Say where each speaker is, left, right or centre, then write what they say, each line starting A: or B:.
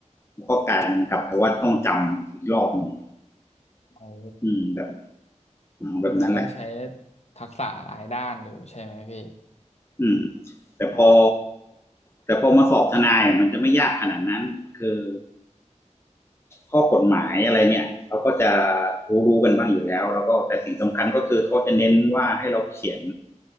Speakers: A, on the left; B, on the left.
A: มันก็กลายมักลับไปว่าต้องจำอีกรอบหนึ่ง
B: โอ้
A: อืมแบบ
B: คือมันต้องใช้
A: แบบนั้นแหละ
B: ทักษะหลายด้านอยู่ใช่ไหมพี่
A: อืมแต่พอ
B: ครับ
A: แต่พอมาสอบทนายมันจะไม่ยากขนาดนั้นคือ ข้อกฎหมายอะไรเนี่ยเขาก็จะรู้ๆกันบ้างอยู่แล้วแล้วก็แต่สิ่งสำคัญก็คือเขาจะเน้นว่าให้เราเขียน